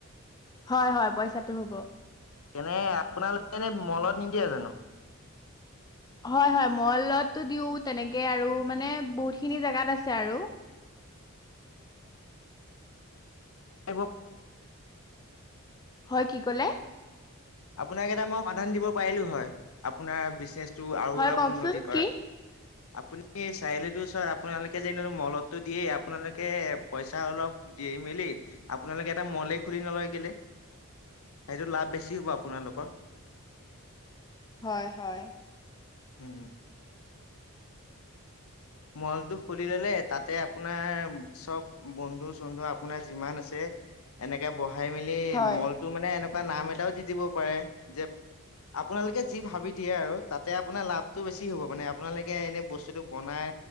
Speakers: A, on the left; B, on the left.
A: হয় হয় পইচাটো হ'ব।
B: এনে আপোনালোকে এনে মলত নিদিয়ে জানো।
A: হয় হয় মলটো দিও তেনেকে আৰু মানে বহুতখিনি জেগাত আছে আৰু
B: এইবোৰ
A: হয় কি কলে
B: আপোনাক এটা মই সমাধান দিব পাৰিলো হয় আপোনাৰ বিজনেচটো আৰু
A: হয়
B: অলপ
A: কওকচোন
B: উন্নতি কৰাৰ।
A: কি?
B: আপুনি চাৰিআলিটোৰ ওচৰত আপোনালোকে যেনো মলটো দিয়ে আপোনালোকে পইচা অলপ দি মেলি আপোনালোকে এটা মলেই খুলি নলয় কেলে সেইটো লাভ বেছি হব আপোনালোকৰ
A: হয় হয়
B: উম মলটো খুলি ললে তাতে আপোনাৰ চব বন্ধু চন্ধু আপোনাৰ যিমান আছে এনেকে বহাই মেলি
A: হয়।
B: মলটো মানে এনেকুৱা নাম এটাও দি দিব পাৰে যে আপোনালোকে যি ভাবি দিয়ে আৰু তাতে আপোনাৰ লাভটো বেছি হ'ব মানে আপোনালোকে এনে বস্তুটো বনাই